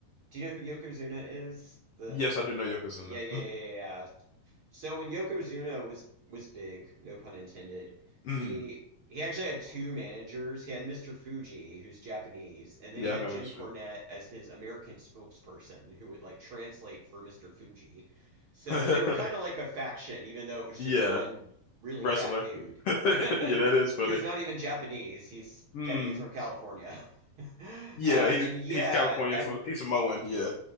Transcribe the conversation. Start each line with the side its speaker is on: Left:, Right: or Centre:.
Right: Do you know who Yokozuna is? The
Left: Yes, I do know Yokozuna.
Right: yeah, yeah, yeah, yeah. yeah. So when Yokozuna was was big, no pun intended,
Left: <laughs>
Right: he
Left: Mm.
Right: he actually had two managers. He had Mr. Fuji, who's Japanese, and then
Left: Yeah,
Right: he had
Left: I know
Right: Jim
Left: it's
Right: Cornette
Left: funny.
Right: as his American spokesperson, who would like translate for Mr. Fuji. So
Left: <laughs>
Right: they were kind of like a faction, even though it was just
Left: Yeah,
Right: one really
Left: wrestler.
Right: fat dude
Left: <laughs>
Right: <laughs>
Left: Yeah, that is funny.
Right: who's not even Japanese. He's
Left: Hmm.
Right: he's from California. <laughs>
Left: Yeah,
Right: Um,
Left: he's
Right: and yeah,
Left: he's California,
Right: at
Left: so he's Samoan. Yeah.